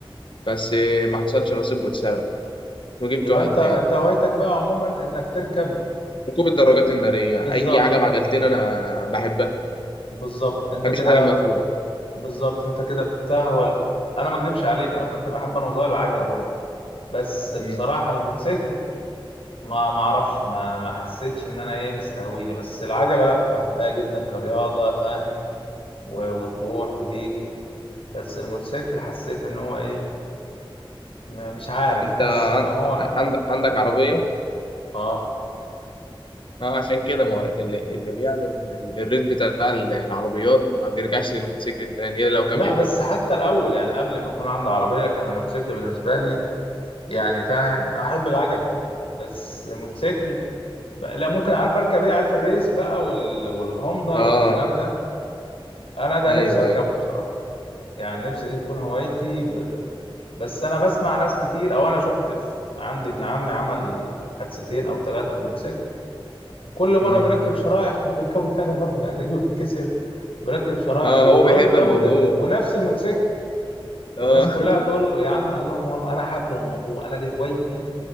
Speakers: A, on the left; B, on the left.
A: بس ما حصلش نصيب واتسرق فجبت
B: يبقى
A: واحد
B: انت
A: تاني
B: انت هوايتك بقى عموما انك تركب
A: ركوب الدراجات النارية
B: بالظبط
A: اي حاجة بعجلتين انا بحبها ما
B: بالظبط انت
A: بحبش
B: كده
A: الحاجة المقفولة
B: بالظبط انت كده بتهول انا ما اكدبش عليك انا كنت بحب انا صغير العجله برضه بس بصراحه
A: مم.
B: الموتوسيكل ما ما اعرفش ما ما حسيتش ان انا ايه مستهويني بس العجله لا بحبها جدا كرياضه فاهم و- وتروح وتيجي بس الموتوسيكل حسيت ان هو ايه ما- مش عارف
A: انت
B: حاسس
A: عن-
B: ان هو
A: عند- عندك عربية
B: اه
A: ما هو عشان كده ما هو اللي, اللي بيعلى ال- ال- الريت بتاع ال- العربيات ما بيرجعش للموتوسيكل تاني الا لو كان
B: لا
A: بيحبه
B: بس حتى الاول يعني قبل ما يكون عندي عربية كان الموتوسيكل بالنسبة لي يعني فاهم احب العجلة بس موتوسيكل بقى لا ممكن عارف اركب ايه عارف الريس بقى وال... والهوندا
A: اه
B: والكلام ده انا ده
A: ايوه
B: نفسي اركبه
A: ايوه
B: بصراحة يعني نفسي دي تكون هوايتي ب... بس انا بسمع ناس كتير او انا شفت في... عندي ابن عمي عمل حادثتين او ثلاثة بالموتوسيكل وكل مره
A: امم
B: بيركب شرايح <laughs> وبيركبه تاني برضه يعني رجله بتتكسر بيركب شرايح
A: اه
B: وبيركبه
A: هو بيحب الموضوع
B: تاني ونفس الموتوسيكل
A: اه
B: والناس
A: <laughs>
B: كلها تقول له يا عم قال لهم والله انا حب الموضوع انا دي هوايتي